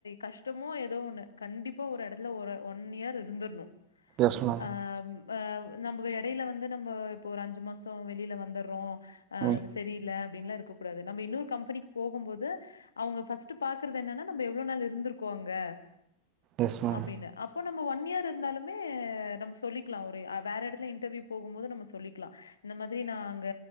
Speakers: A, on the left (about 75°); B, on the right (about 35°).
A: கஷ்டமோ ஏதோ ஒண்ணு கண்டிப்பா ஒரு எடத்துல ஒரு ஒன் இயர் இருந்துர்ணும்
B: எஸ் மேம்
A: ஆஹ் அஹ் நம்மக்கு இடையில வந்து நம்போ இப்போ ஒரு அஞ்சு மாசம் வெளில வந்தற்றோம் ஆஹ்
B: ம்
A: சரியில்ல அப்டின்லாம் இருக்கக்கூடாது நம்ப இன்னோரு கம்பனிக்கு போகும்போது அவுங்க ஃபஸ்டு பாக்றது என்னான்ன நம்ப எவ்ளோ நாள் இருந்திருக்கோம் அங்க
B: எஸ் மேம்
A: அப்டின்னு அப்போ நம்ம ஒன் இயர் இருந்தாலுமே நம்ம சொல்லிக்லாம் ஒரு வேற இடத்துல இன்டர்வியூ போகும் போது நம்ம சொல்லிக்கலாம் இந்த மாதிரி நான் அங்க